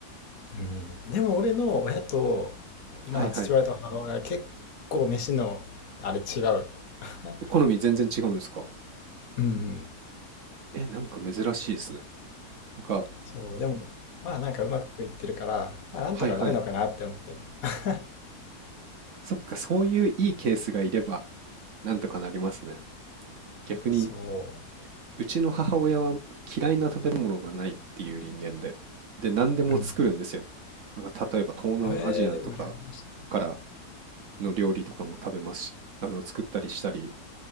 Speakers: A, on the left; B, on the right.
A: うん。でも俺の親と、まあ父親と母親は結構飯の、
B: はいはい。
A: あれ違うよ。<laughs>
B: 好み全然違うんですか
A: うん。
B: え、なんか珍しいですね。なんか、
A: そう、でも、まあなんかうまくいってるから、まあなんとかなるのかなって思ってる。
B: はいはい。
A: <laughs>
B: そっか、そういういいケースがいれば、なんとかなりますね。逆に、
A: そ
B: うちの母親は嫌いな食べ物がないっていう人間で、で、何でも作るんですよ。
A: う。うん。
B: なんか、例えば東南アジアとか
A: ええー、羨まし
B: からの料理とかも食べますし、あの、作ったりしたり、